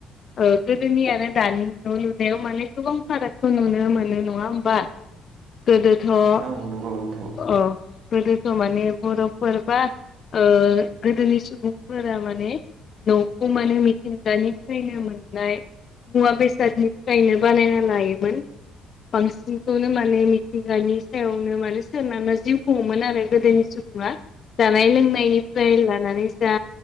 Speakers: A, on the left; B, on the right.
A: गोदोनि आरो दानि न' लुनायाव माने गोबां फारागखौ नुनो मोनो नङा होमबा? गोदोथ' ओ
B: औ नंगौ नोंथां
A: ओ गोदो माने बर'फोर बा ओ गोदोनि सुबुंफोर फ्रा माने न'खौ माने मिथिंगानिफ्रायनो मोननाय मुवा बेसादनिफ्रायनो बानायना लायोमोन। बांसिनखौनो माने मिथिंगानि सायावनो माने सोरना जिउ खुङोमोन आरो गोदोनि सुब आ जानाय लोंनायनिफ्राय लानानै जा